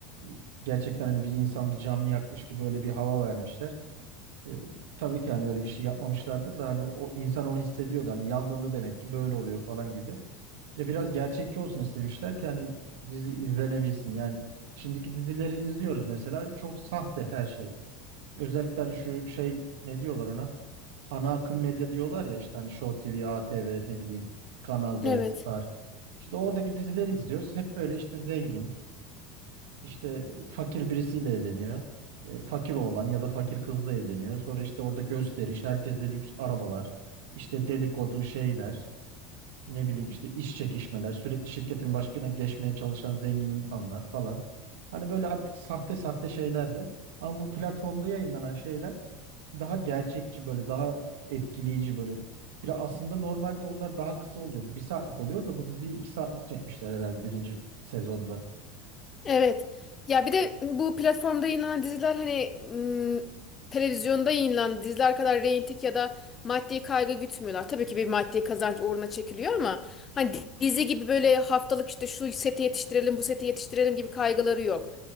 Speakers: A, on the right; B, on the left.
A: e, gerçekten hani bir insan bir canlı yakmış gibi öyle bir hava vermişler. E, tabii ki hani öyle bir şey yapmamışlardır da hani o insan onu hissediyordu. Hani yandığında demek ki böyle oluyor falan gibi. Ya biraz gerçekçi olsun istemişler ki hani dizi izlenebilsin. Yani şimdiki dizileri izliyoruz mesela çok sahte her şey. Özellikle hani şu şey ne diyorlar ona? Ana akım medya diyorlar ya işte hani Show TV, ATV ne bileyim Kanal
B: Evet.
A: D, Star. İşte oradaki dizileri izliyoruz. Hep böyle işte zengin, işte fakir birisiyle evleniyor. E, Fakir oğlan ya da fakir kızla evleniyor. Sonra işte orada gösteriş, herkeste lüks arabalar, işte dedikodu şeyler, ne bileyim işte iş çekişmeler, sürekli şirketin başkına geçmeye çalışan zengin insanlar falan. Hani böyle artık sahte sahte şeylerdi. Ama bu platformda yayınlanan şeyler daha gerçekçi böyle daha etkileyici böyle. Biraz aslında normalde onlar daha kısa oluyordu. Bir saatlik oluyor da bu diziyi iki saatlik çekmişler herhalde birinci sezonda.
B: Evet. Ya bir de bu platformda yayınlanan diziler hani ım, televizyonda yayınlanan diziler kadar reyting ya da maddi kaygı gütmüyorlar. Tabii ki bir maddi kazanç uğruna çekiliyor ama hani dizi gibi böyle haftalık işte şu seti yetiştirelim, bu seti yetiştirelim gibi kaygıları yok.